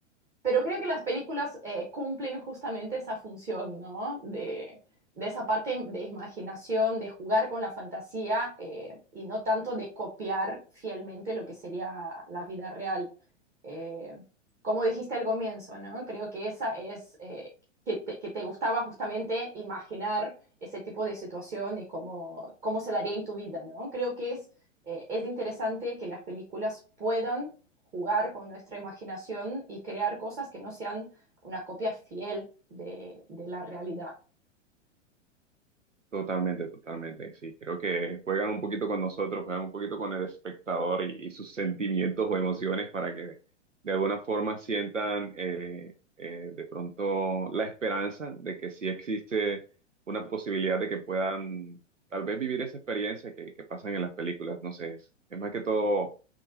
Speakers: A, on the right; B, on the right.
A: Pero creo que las películas eh, cumplen justamente esa función, ¿no? De, de esa parte de imaginación, de jugar con la fantasía eh, y no tanto de copiar fielmente lo que sería la vida real. Eh, como dijiste al comienzo, ¿no? Creo que esa es eh, que te, que te gustaba justamente imaginar ese tipo de situación y cómo, cómo se daría en tu vida, ¿no? Creo que es, eh, es interesante que las películas puedan jugar con nuestra imaginación y crear cosas que no sean una copia fiel de, de la realidad.
B: Totalmente, totalmente, sí, creo que juegan un poquito con nosotros, juegan un poquito con el espectador y, y sus sentimientos o emociones para que de alguna forma sientan eh, eh, de pronto la esperanza de que sí existe una posibilidad de que puedan tal vez vivir esa experiencia que, que pasan en las películas, no sé, es, es más que todo,